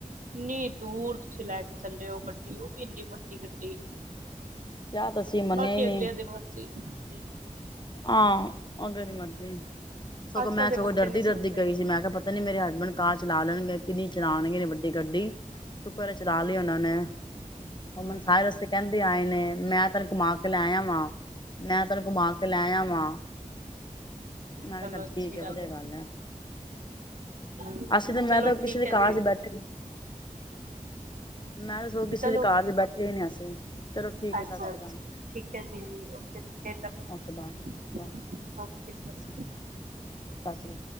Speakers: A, on the right; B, on the left.
A: ਇੰਨੀ ਦੂਰ ਤੁਸੀ ਲੈ ਕੇ ਚੱਲੇ ਹੋ ਗੱਡੀ, ਉਹ ਵੀ ਇੰਨੀ ਵੱਡੀ ਗੱਡੀ।
B: ਕਿਹਾ ਤਾਂ ਸੀ ਮੰਨਿਆ
A: ਬਾਕੀ
B: ਹੀ ਨਹੀਂ
A: ਅਗਲਿਆਂ ਦੀ ਮਰਜ਼ੀ। ਹੂੰ
B: ਹਾਂ ਅਗਲੇ ਦੀ ਮਰਜ਼ੀ ਆ ਸੋਂ
A: ਅੱਜ
B: ਮੈਂ
A: ਕੱਲ ਦੇ
B: ਸੋਂਗ
A: ਬੱਚੇ
B: ਡਰਦੀ-ਡਰਦੀ
A: ਨਹੀਂ ਸੁਣਦੇ
B: ਗਈ ਸੀ। ਮੈਂ ਕਿਹਾ ਪਤਾ ਪਤਾ ਨੀ ਮੇਰੇ ਹਸਬੈਂਡ ਕਾਰ ਚਲਾ ਲੈਣਗੇ ਕਿ ਨਹੀ ਚਲਾਣਗੇ ਵੱਡੀ ਗੱਡੀ ਸ਼ੁਕਰਾ ਚਲਾ ਲਈ ਉਹਨਾਂ ਨੇ। ਔ ਮੈਨੂੰ
A: ਹੂੰ
B: ਸਾਰੇ ਰਸਤੇ ਕਹਿੰਦੇ ਆਏ ਨੇ। ਮੈਂ ਤਹਾਨੂੰ ਘੁਮਾ ਕੇ ਲੈ ਆ ਵਾਂ। ਮੈਂ ਤਹਨੂੰ ਘੁਮਾ ਕੇ। ਲੈ ਆ ਵਾਂ ਮੈਖਾ
A: ਚਲੋ
B: ਚੱਲ
A: ਅੱਛੀ
B: ਠੀਕ ਆ ਵਧੀਆ
A: ਹੈ
B: ਗੱਲ ਆ
A: ਹੂੰ
B: ਅਸੀਂ ਤਾਂ ਮੈਂ
A: ਚਲੋ
B: ਤਾਂ ਕਿਸੇ
A: ਠੀਕ
B: ਦੇ ਕਾਰ
A: ਹੈ ਜੀ
B: 'ਚ ਬੈਠੇ ਮੈਂ ਤਾਂ ਸੋਚਦੀ ਸੀ
A: ਚਲੋ
B: ਕਿ ਕਾਰ 'ਚ ਬੈਠੇ ਹੀ ਨੀ ਅਸੀਂ ਚਲੋ ਠੀਕ
A: ਅੱਛਾ-ਅੱਛਾ
B: ਐ। ਸਸਰੀਕਾਲ।
A: ਠੀਕ ਹੈ ਜੀ, ਓਕੇ ਜੀ, ਕੀ ਕਰ ਰਹੇ ਹੋ,
B: ਓਕੇ ਬਾਏ ਬਾਏ
A: ਓਕੇ ਸਤਿ ਸ਼੍ਰੀ ਅਕਾਲ।
B: ਸਤਿ ਸ਼੍ਰੀ